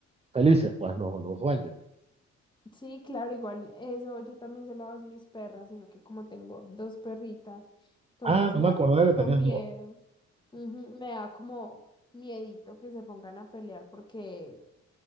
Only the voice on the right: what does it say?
felices, pues, los, los dueños.
Ah, no
me
acordaba
que tenías
dos.